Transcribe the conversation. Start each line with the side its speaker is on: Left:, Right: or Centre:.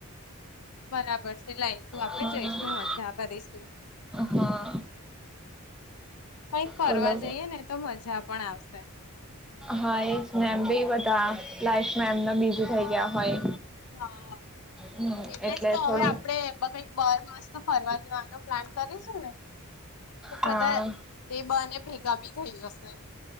Left: બરાબર છે લાઈશું આપણેે
Centre: હા
Left: જઈશું મજા કરીશું
Centre: હા
Left: કઈક ફરવા
Centre: બોલો
Left: જઈએ ને તો મજા પણ આવશે.
Centre: હા એજ ને એમ બી લાઈફમાં એમનમ બીજું થઈ ગયા હોય
Left: હા
Centre: હમ
Left: એટલે જ તો હવે
Centre: થોડું
Left: આપણે કઈક બાર મસ્ત ફરવા જવાનો પ્લાન કરીશું ને તો
Centre: હા
Left: બધા તે બહાને ભેગા બી થઈ જશે